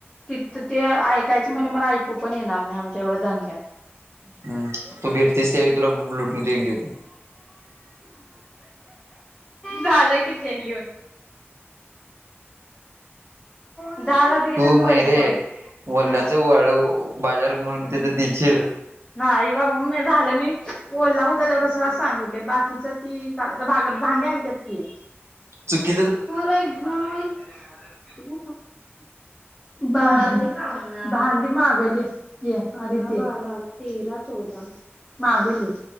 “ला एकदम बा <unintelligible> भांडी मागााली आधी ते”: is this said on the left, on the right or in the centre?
Left